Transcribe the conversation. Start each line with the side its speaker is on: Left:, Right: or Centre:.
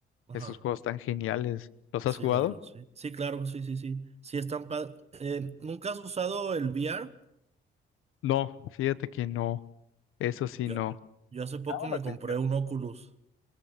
Right: Ajá.
Left: esos juegos tan geniales. ¿Los
Right: Sí,
Left: has jugado?
Right: la verdad, sí. Sí, claro, sí, sí, sí. Sí, están pa- eh, ¿nunca has usado el VR?
Left: No, fíjate que no, eso sí
Right: Yo,
Left: no.
Right: yo hace poco
Left: Llama
Right: me
Left: la atención.
Right: compré un Oculus.